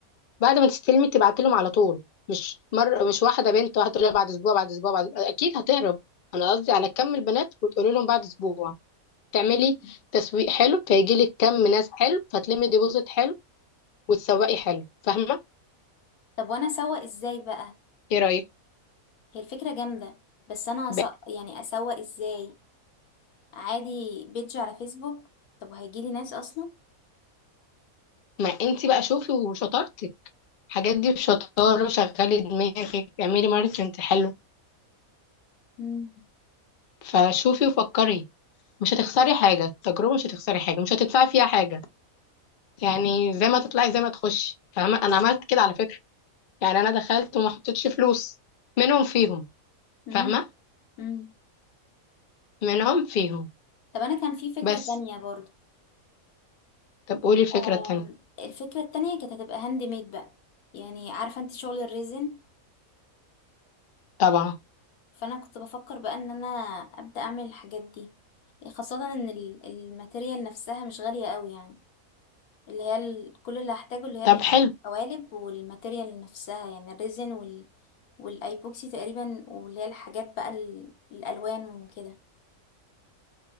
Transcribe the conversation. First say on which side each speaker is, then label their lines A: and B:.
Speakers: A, on the left (about 50°); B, on the left (about 85°).
A: بعد ما تستلمي تبعت لهم على طول مش مرة مش واحدة بنت واحدة تقول لها بعد أسبوع بعد أسبوع بعد أكيد هتهرب أنا قصدي على كم البنات وتقولي لهم بعد أسبوع تعملي
B: مم.
A: تسويق حلو فيجي لك كم ناس حلو فتلمي ديبوزيت حلو وتسوقي حلو فاهمة؟
B: طب وانا اسوق ازاي بقى
A: إيه رأيك؟
B: هي الفكرة جامدة بس انا أس...
A: ب-
B: يعني اسوق ازاي عادي بيدج على فيسبوك طب وهيجيلي ناس اصلا
A: ما أنت بقى شوفي وشطارتك الحاجات دي بشطارة شغلي دماغك اعملي ماركتنج حلو
B: مم.
A: فشوفي وفكري مش هتخسري حاجة التجربة مش هتخسري حاجة مش هتدفعي فيها حاجة يعني زي ما تطلعي زي ما تخشي فاهمة أنا عملت كده على فكرة يعني أنا دخلت وما حطيتش فلوس منهم فيهم
B: مم.
A: فاهمة
B: مم.
A: منهم فيهم
B: طب انا كان في فكرة
A: بس
B: تانية برضو
A: طب قولي الفكرة
B: آم،
A: التانية
B: الفكرة التانية كانت هتبقى هاند ميد بقى يعني عارفة انت شغل الريزن
A: طبعا
B: فانا كنت بفكر بقى ان انا ابدا اعمل الحاجات دي خاصه ان ال- الماتيريال نفسها مش غاليه قوي يعني اللي هي ال- كل اللي هحتاجه اللي هي
A: طب حلو
B: القوالب والماتيريال نفسها يعني الريزن وال والايبوكسي تقريبا واللي هي الحاجات بقى ال- الالوان وكده